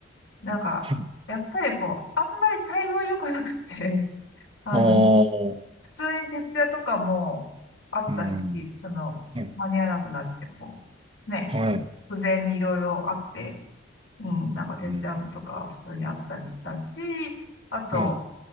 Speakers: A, on the left; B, on the right.
A: なんか、
B: はい
A: やっぱりこう、あんまり待遇は良くなくて、<laughs> あの、
B: ああ。
A: 普通に徹夜とかもあったし、
B: うん。
A: その、
B: はい。
A: 間に合わなくなって、こう、ね、
B: はい。
A: 不全にいろいろあって、うん、なんか徹夜とか普通にあったりしたし、
B: うん
A: あと、
B: はい。